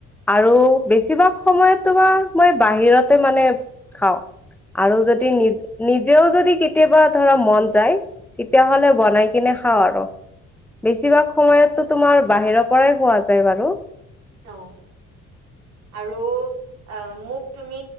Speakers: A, in the centre; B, on the right.
A: আৰু বেছিভাগ সময়ত, তোমাৰ, মই বাহিৰতে, মানে, খাওঁ। আৰু যদি নিজে, নিজেও, যদি কেতিয়াবা, ধৰা, মন যায়, তেতিয়াহ'লে বনাই কিনে খাওঁ। আৰু বেছিভাগ সময়তো, তোমাৰ, বাহিৰৰ পৰাই খোৱা যায় বাৰু।
B: অ', আৰু আম, মোক তুমি,